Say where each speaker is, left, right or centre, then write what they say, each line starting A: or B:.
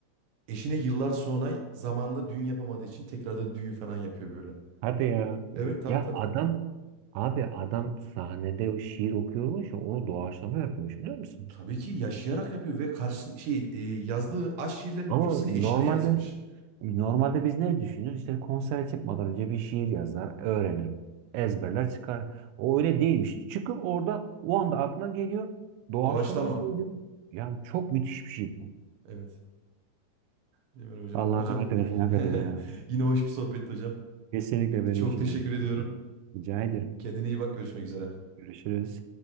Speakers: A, on the right (about 70°); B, on the right (about 85°).
A: Eşine yıllar sonra zamanda düğün yapamadığı için tekrardan düğün falan yapıyor böyle.
B: Hadi ya.
A: Evet tabii
B: Ya
A: tabii.
B: adam abi adam sahnede o şiir okuyormuş ya onu doğaçlama yapıyormuş biliyor musun?
A: Tabii ki yaşayarak yapıyor ve karşı şey e, yazdığı aşk şiirlerin
B: Ama
A: hepsini
B: normalde
A: eşine yazmış.
B: normalde biz ne düşünürüz? İşte konsere çıkmadan önce bir şiir yazar, öğrenir, ezberler çıkar. O öyle değilmiş. Çıkıp orada o anda aklına geliyor. Doğaçlama
A: Doğaçlama.
B: söylüyor. Ya çok müthiş bir şey bu.
A: Evet. Bilmiyorum hocam.
B: Allah
A: Hocam
B: rahmet eylesin
A: <laughs>
B: hakikaten ya.
A: yine hoş bir sohbetti hocam.
B: Kesinlikle benim
A: Çok
B: için
A: teşekkür
B: de öyle kardeşim.
A: ediyorum.
B: Rica ederim.
A: Kendine iyi bak. Görüşmek üzere.
B: Görüşürüz.